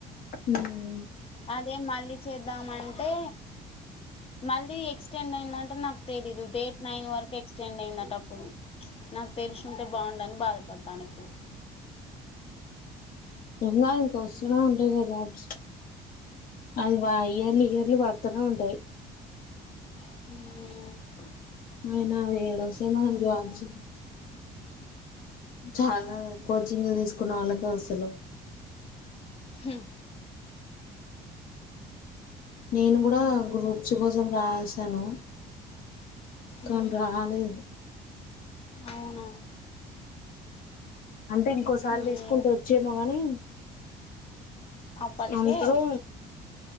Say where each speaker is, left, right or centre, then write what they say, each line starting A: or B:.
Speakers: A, on the left (about 65°); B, on the left (about 35°).
A: ఉమ్
B: అదే మళ్ళ చేద్దామంటే మళ్ళీ ఎక్స్టెండ్ అయిందంటే నాకు తెలీదు డేట్ నైన్ వరకు ఎక్స్టెండ్ అయిందట అప్పుడు నాకు తెలుసుంటే బాగుండని బాధపడను ఇప్పుడు
A: అవునా ఎంకాదు వస్తునే ఉంటాయి కదాబ్ అది వ ఎర్లీ ఎర్లీ పడుతూనే ఉంటాయి
B: హ
A: అనాే ఏడ వస మా జబసు చాలా కోచింగ్ తీసుకున్న వాళ్ళకి నసలుం
B: హ
A: నేను కూడా గ్రూప్స్ కోసం రాసాను
B: ఉమ్
A: కానీ రాలేదు
B: అవునా
A: అంటే ఇంకోసారి
B: ఏ
A: తీసుకుంటే వచ్చేమో కానీ
B: అప్పటికే
A: అందరూ